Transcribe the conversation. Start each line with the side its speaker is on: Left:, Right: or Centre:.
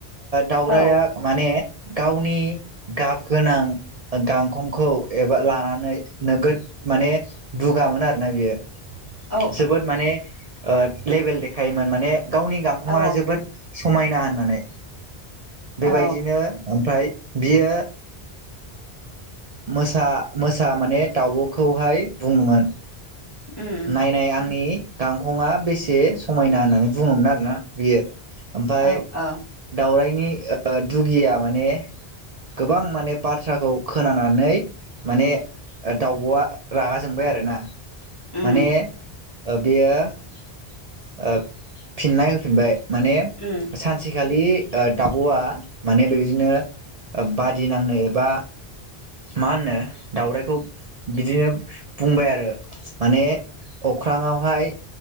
Right: दावराइया
Left: औ
Right: माने गावनि गाब गोनां गांखंखौ एबा लानानै नोगोद माने दुगामोन आरोना बियो
Left: औ
Right: जोबोद माने लेभेल देखायोमोन माने गावनि गांखंङआ
Left: औ
Right: जोबोद समायना होननानै बेबायदिनो
Left: औ
Right: ओमफ्राय बियो मोसा मोसा माने दाउब'खौहाय बुङोमोन
Left: उम
Right: नायनाय आंनि गांखंआ बेसे समायना होननानै बुङोमोन आरोना बियो ओमफाय
Left: औ औ
Right: दाउरायनि दुगिया माने गोबां माने बाथ्राखौ खोनानानै माने दाउब'आ रागा जोंबाय आरोना
Left: उम
Right: माने बेयो फिननाय होफिनबाय माने
Left: उम
Right: स <unintelligible> <unintelligible> खालि दाब'आ माने बेबायदिनो बादि नांनो एबा मा होनो दावराइखौ बिदिनो बुंबाय आरो माने अख्रांआवहाय